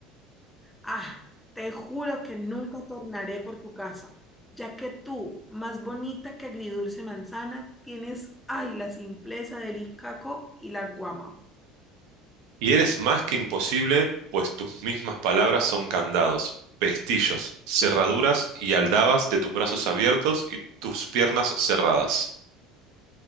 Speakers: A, in the centre; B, on the right.
A: Ah, te juro que nunca tornaré por tu casa, ya que tú, más bonita que agridulce manzana, tienes, ay, la simpleza del icaco y la guama.
B: Y eres más que imposible, pues tus mismas palabras son candados, pestillos, cerraduras y aldabas de tus brazos abiertos y tus piernas cerradas.